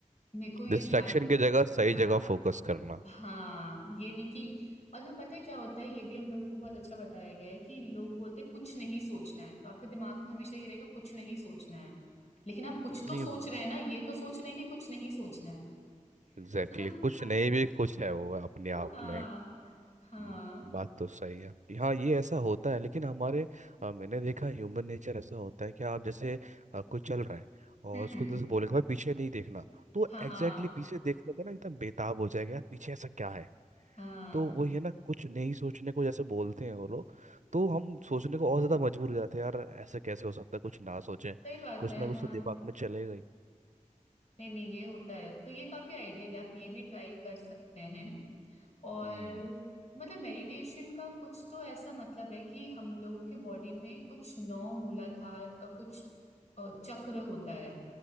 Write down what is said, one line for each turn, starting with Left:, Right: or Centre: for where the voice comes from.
Left: मेरे को ये
Right: डिस्ट्रैक्शन
Left: ज्यादा
Right: की जगह सही
Left: हाँ
Right: जगह फोकस करना
Left: हाँ ये नहीं कि और ना पता है क्या होता है ये भी हम लोगों को बहुत अच्छा बताया गया है कि लोग बोलते हैं, कुछ नहीं सोचना है तो आपके दिमाग में हमेशा ये रहेगा कुछ नहीं सोचना है लेकिन आप कुछ तो
Right: नहीं
Left: सोच
Right: हम्म,
Left: रहे हैं ना ये तो सोच रहे हैं कि कुछ नहीं सोचना है
Right: एग्जैक्टली
Left: <laughs>
Right: exactly. कुछ नहीं भी कुछ है वो अपने
Left: Right.
Right: आप
Left: हाँ
Right: में हम्म,
Left: हाँ
Right: बात तो सही है आपकी। हाँ ये ऐसा होता है लेकिन हमारे अ, मैंने देखा ह्यूमन नेचर ऐसा होता है कि आप जैसे अ, कोई चल रहा है और
Left: हम्म
Right: उसको
Left: हम्म
Right: एकदम से बोलेगा भाई पीछे नहीं देखना तो
Left: हाँ
Right: एग्जैक्टली exactly पीछे देखने पर ना एकदम बेताब हो जाएगा यार पीछे ऐसा क्या है
Left: हाँ
Right: तो वो ये ना कुछ नहीं सोचने को जैसे बोलते हैं वो लोग तो हम सोचने को और ज्यादा मजबूर हो जाते हैं यार ऐसा कैसे हो सकता है कुछ ना सोचें
Left: सही बात
Right: कुछ
Left: है
Right: ना कुछ
Left: हाँ
Right: तो दिमाग में चलेगा
Left: नहीं नहीं ये होता है तो ये काफी आइडियल है आप ये भी ट्राई कर सकते हैं और
Right: हम्म
Left: मतलब मेडिटेशन का कुछ तो ऐसा मतलब है कि हम लोगों के बॉडी में कुछ नौ मूलाधार अ, कुछ अ, चक्र होता है